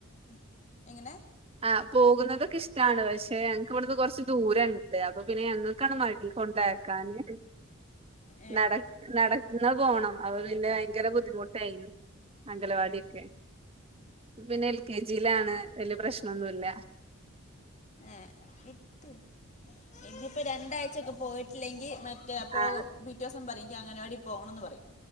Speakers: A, on the left (about 35°); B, on the right (about 25°).
A: ഉം എങ്ങനെ
B: ആഹ് പോകുന്നതൊക്കെ ഇഷ്ടാവ്ണ്ട് പക്ഷേ ഞ ക്ക് ഇവെട്ന്ന് കൊറച്ച് ദൂരണ്ട് അപ്പൊ പിന്നെ ഞങ്ങക്കാണ് മടി കൊണ്ടയാക്കാന്
A: ഏ
B: നടക് നടക്ന്നാ പോണം അപ്പം പിന്നെ ഭയങ്കര ബുദ്ധിമുട്ടായിനി അംഗലവാടീക്ക് ഉം പിന്നെ എൽ കെ ജിലാണ് വെല്ല്യ പ്രശ്നൊന്നുല്ല
A: ഏഹ് വിട്ട് ഇതിപ്പോ രണ്ടാഴ്ച്ചെക്കെ പോയിട്ടില്ലെങ്കി മറ്റേ പോവും
B: ആ
A: പി റ്റോസം പറിയും ഇന്ക്ക് അങ്ങനവാടി പോണന്ന് പറിയും